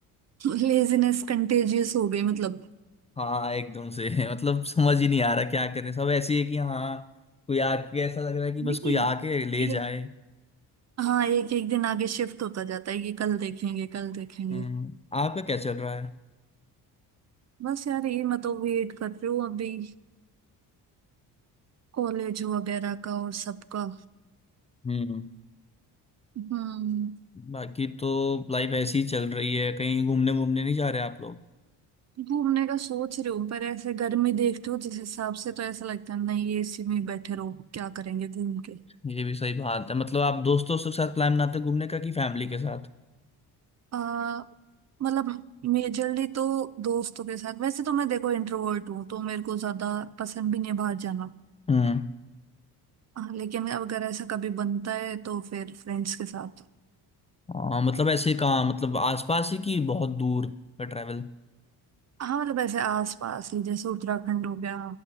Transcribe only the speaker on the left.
हाँ एकदम से <laughs> मतलब समझ ही नहीं आ रहा क्या करें सब ऐसी है कि हाँ कोई आके ऐसा लग रहा है कि बस
कोई आके ले जाए
हम्म आपका क्या चल रहा है
हम्म
बाकी तो लाइफ ऐसी ही चल रही है कहीं घूमने वूमने नहीं जा रहे आप लोग
ये भी सही बात है मतलब आप दोस्तों के साथ प्लान बनाते हो घूमने का कि फैमिली के साथ
हम्म
हाँ मतलब ऐसे कहाँ मतलब आसपास ही कि बहुत दूर का ट्रैवल